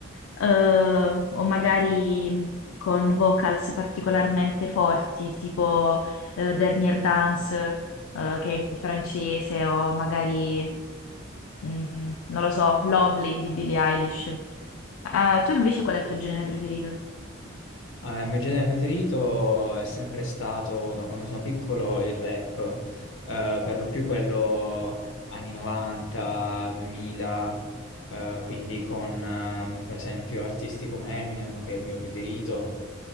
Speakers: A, on the left; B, on the left.
A: eh, o magari con vocals particolarmente forti tipo eh, Dernier Dance, eh, che è in francese, o magari, mm, non lo so, Lovely di Billie Eilish. Ah, tu invece qual è il tuo genere preferito?
B: Ah, il mio genere preferito è sempre stato, da quando sono piccolo, il rap, Eh, per lo più quello anni 90, 2000, eh, quindi con eh, per esempio artisti come Eminem, che è il mio preferito,